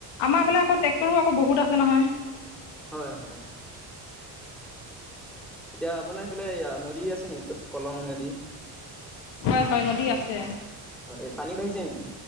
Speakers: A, on the left; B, in the centre.
A: আমাৰ ফালে আকৌ ট্ৰেক্টৰো আক বহুত আছে নহয়।
B: হয়, হয়। এতিয়া আপোনাৰ সেইফালে নদী আছে নেকি? কলং নদী।
A: হয়, হয় নদী আছে।
B: হয়, এই পানী বাঢ়িছে নেকি?